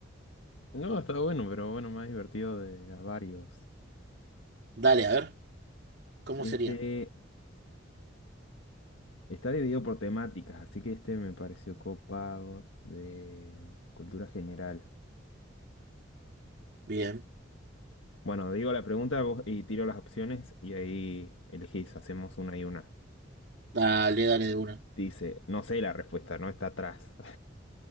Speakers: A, on the left; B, on the right.
A: No, está bueno, pero bueno, más divertido de a varios.
B: Dale, a ver, ¿cómo
A: este
B: sería?
A: está dividido por temáticas, así que este me pareció copado de cultura general.
B: Bien,
A: Bueno, digo la pregunta vos- y tiro las opciones y ahí elegís, hacemos una y una.
B: dale, dale de una.
A: Dice, no sé la respuesta, no está atrás.